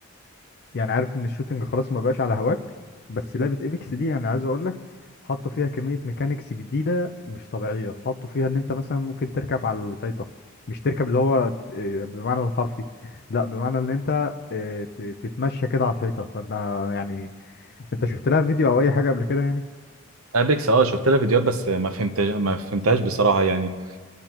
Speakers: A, on the left (about 50°); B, on the right (about 80°).
A: يعني عارف ان الشوتنج خلاص ما بقاش على هواك بس لعبة ايبكس دي يعني عايز اقول لك حطوا فيها كمية ميكانيكس جديدة مش طبيعية حطوا فيها ان انت مثلا ممكن تركب على الحيطة مش تركب اللي هو ت- إيه بمعنى الحرفي لا بمعنى ان انت إيه، ت- تتمشى كده على الحيطة فانت يعني انت شفت لها فيديو او اي حاجة قبل كده يعني
B: ابيكس اه شفت لها فيديوهات بس ما فهمت ما فهمتهاش بصراحه يعني